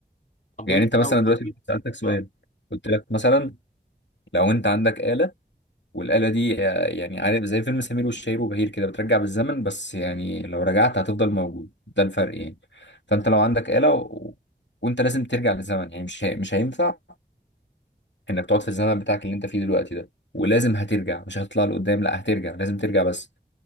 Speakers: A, on the left; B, on the left.
A: طب
B: يعني
A: انت
B: انت مثلا
A: لو
B: دلوقتي
A: حبيت
B: سألتك سؤال
A: آه،
B: قلت لك مثلا لو انت عندك آلة والآلة دي آه، يعني عارف زي فيلم سمير وشهير وبهير كده بترجع بالزمن بس يعني لو رجعت هتفضل موجود ده الفرق يعني فانت لو عندك آلة و... وانت لازم ترجع للزمن يعني مش هي... مش هينفع انك تقعد في الزمن بتاعك اللي انت فيه دلوقتي ده ولازم هترجع مش هتطلع لقدام لا هترجع لازم ترجع بس